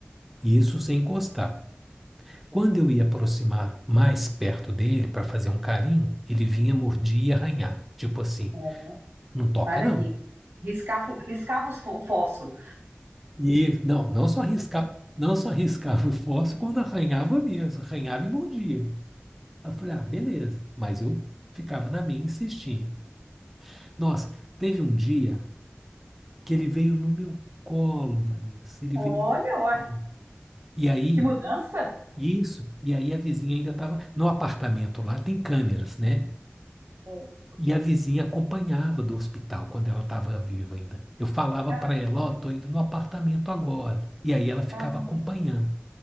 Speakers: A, in the centre; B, on the right (about 70°).
A: e isso sem encostar. Quando eu ia aproximar mais perto dele para fazer um carinho, ele vinha, mordia e arranhava. Tipo assim,
B: Ó,
A: não toca
B: para
A: não.
B: aqui. Riscava, riscava os fó- o fósforo.
A: E não, não só riscava, não só riscava o fósforo quando arranhava mesmo, arranhava e mordia. Aí Eu falei, ah, beleza. Mas eu ficava na minha, e insistia. Nossa, teve um dia que ele veio no meu colo, Vanessa. Ele
B: Olha,
A: veio.
B: uai,
A: no meu colo. E aí,
B: que mudança.
A: isso, e aí a vizinha ainda estava. No apartamento lá tem câmeras, né?
B: É.
A: E a vizinha acompanhava do hospital quando ela estava viva ainda. Eu falava
B: Ah,
A: para ela, ó, tô indo no apartamento agora. E aí ela ficava
B: ah,
A: acompanhando.